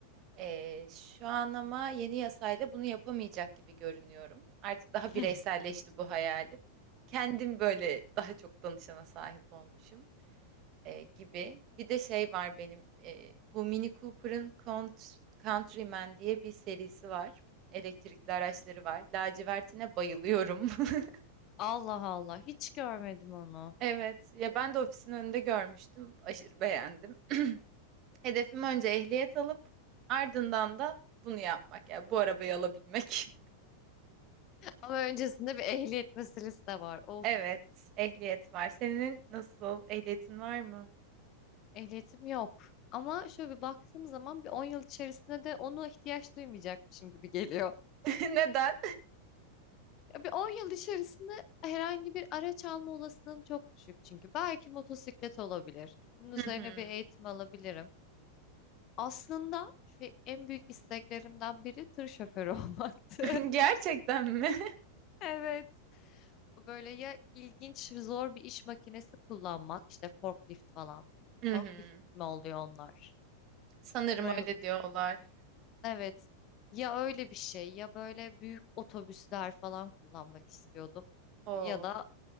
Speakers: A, on the right (about 35°); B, on the left (about 35°).
A: Eee, şu an ama yeni yasayla bunu yapamayacak gibi görünüyorum. Artık daha bireyselleşti
B: <laughs>
A: bu hayalim. Kendim böyle daha çok danışana sahip olmuşum eee, gibi. Bir de şey var benim eee, bu Mini Cooper'ın Count- Countryman diye bir serisi var. Elektrikli araçları var. Lacivertine bayılıyorum. <laughs>
B: Allah Allah hiç görmedim onu.
A: Evet, ya ben de ofisin önünde görmüştüm. Aşırı beğendim. <clears throat> Hedefim önce ehliyet alıp ardından da bunu yapmak. Yani bu arabayı alabilmek. <laughs>
B: Ama öncesinde bir ehliyet meselesi de var. Of
A: Evet, ehliyet var. Senin nasıl? Ehliyetin var mı?
B: ehliyetim yok. Ama şöyle bir baktığım zaman bir 10 yıl içerisinde de onu ihtiyaç duymayacakmışım gibi geliyor.
A: <laughs> Neden?
B: Ya bir 10 yıl içerisinde herhangi bir araç alma olasılığım çok düşük çünkü. Belki motosiklet olabilir. Bunun üzerine
A: Hı hı.
B: bir eğitim alabilirim. Aslında şu en büyük isteklerimden biri tır şoförü <laughs> olmaktı.
A: <laughs> Gerçekten mi?
B: Evet. Böyle ya ilginç, zor bir iş makinesi kullanmak, işte forklift falan.
A: Hı
B: Forklift
A: hı.
B: mi oluyor onlar?
A: Sanırım
B: Umarım.
A: öyle diyorlar.
B: Evet. Ya öyle bir şey ya böyle büyük otobüsler falan kullanmak istiyordum.
A: Oo.
B: Ya da